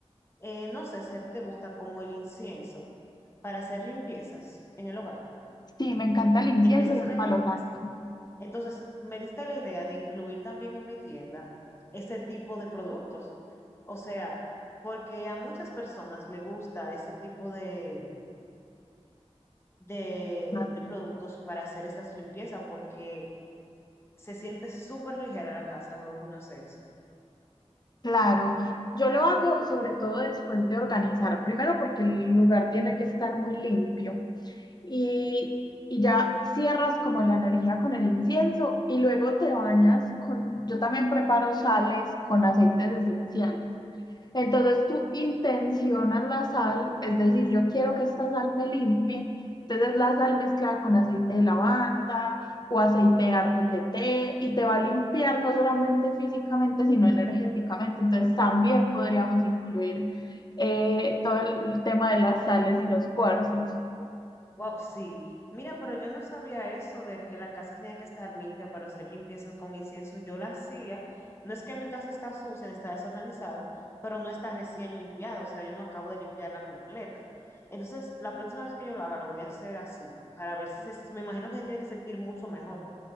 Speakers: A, on the left; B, on the left.
A: eh, no sé si a ti te gusta como el incienso para hacer limpiezas en el hogar,
B: Sí, me encanta el incienso
A: limpiezas
B: y
A: energéticas.
B: el palo santo.
A: Entonces, me diste la idea de incluir también en mi tienda ese tipo de productos. O sea, porque a muchas personas le gusta ese tipo de, de,
B: Claro.
A: de productos para hacer esas limpiezas porque se siente súper ligera la casa luego que uno hace eso.
B: Claro, yo lo hago sobre todo después de organizar, primero porque el lugar tiene que estar muy limpio y, y ya cierras como la energía con el incienso y luego te bañas con, yo también preparo sales con aceites esenciales. Entonces tú intencionas la sal, es decir, yo quiero que esta sal me limpie, entonces la sal mezclada con aceite de lavanda o aceite de árbol de té y te va a limpiar no solamente físicamente, sino energéticamente. Entonces también podríamos incluir eh, todo el tema de las sales y los cuarzos.
A: Wow, sí. Mira, pero yo no sabía eso de que la casa tenía que estar limpia para hacer limpiezas con incienso. Yo la hacía. No es que mi casa está sucia, ni está desorganizada, pero no está recién limpiada. O sea, yo no acabo de limpiarla completa. Entonces, la próxima vez que yo lo haga, lo voy a hacer así, para ver si se... Me imagino que se tiene que sentir mucho mejor.